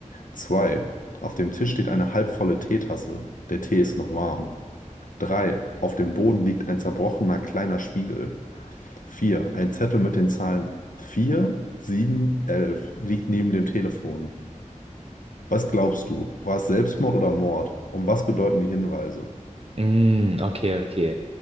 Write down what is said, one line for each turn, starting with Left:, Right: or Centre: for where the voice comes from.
Left: 2, Auf dem Tisch steht eine halbvolle Teetasse. Der Tee ist noch warm. 3, Auf dem Boden liegt ein zerbrochener kleiner Spiegel. 4, Ein Zettel mit den Zahlen 4, 7, 11 liegt neben dem Telefon. Was glaubst du? War es Selbstmord oder Mord? Und was bedeuten die Hinweise?
Right: Mm, okay, okay.